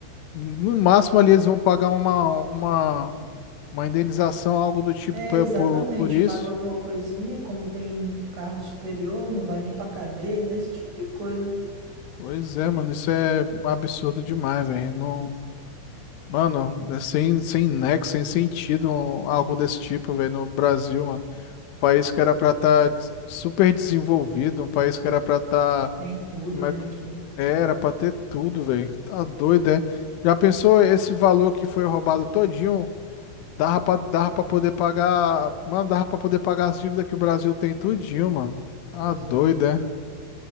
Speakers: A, on the left; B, on the right.
A: No máximo ali eles vão pagar uma, uma uma indenização, algo do tipo
B: É,
A: por,
B: exatamente.
A: por, por isso.
B: Paga alguma coisinha, como tem cargo superior, não vai nem pra cadeia, né? Esse tipo de coisa.
A: Pois é, mano, isso é absurdo demais, velho. Não, mano, é sem, sem nexo, sem sentido um- algo
B: Sim.
A: desse tipo, velho, no Brasil, mano. Um País que era pra estar super desenvolvido, um país que era pra estar.
B: Tem tudo,
A: como
B: né,
A: é que.
B: aqui.
A: é, Era pra ter tudo, velho. Tá doido, é? Já pensou esse valor que foi roubado todinho? Dava pra, dava pra poder pagar. Mano, dava pra poder pagar as dívidas que o Brasil tem tudinho, mano. Tá
B: Exato,
A: doido,
B: exato.
A: é?